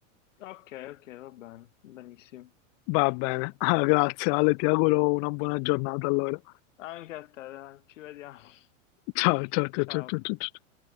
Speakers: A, on the left (about 75°); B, on the left (about 40°).
A: Ok, ok, va bene, benissimo.
B: Va bene, <laughs> Ah, grazie Ale, ti auguro una buona giornata allora.
A: Anche a te, dai, ci vediamo.
B: Ciao,
A: <laughs>
B: ciao, ciao,
A: Ciao.
B: ciao, ciao, ciao. ciao.